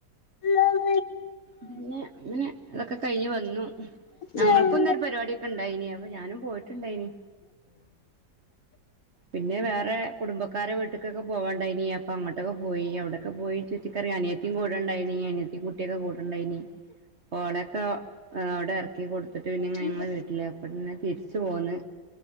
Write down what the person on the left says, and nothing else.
ആഹ
ആഹ് ഏഹ്
ഉം